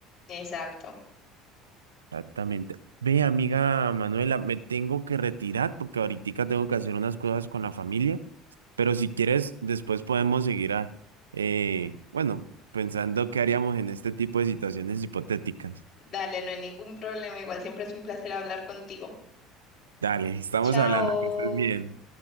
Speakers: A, on the left (about 35°); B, on the right (about 85°).
A: Exacto.
B: Exactamente. Ve, amiga Manuela, me tengo que retirar porque ahorita tengo que hacer unas cosas con la familia, pero si quieres, después podemos seguir a, eh, bueno, pensando qué haríamos en este tipo de situaciones hipotéticas.
A: Dale, no hay ningún problema, igual siempre es un placer hablar contigo.
B: Dale, estamos
A: Chao.
B: hablando, que estés bien.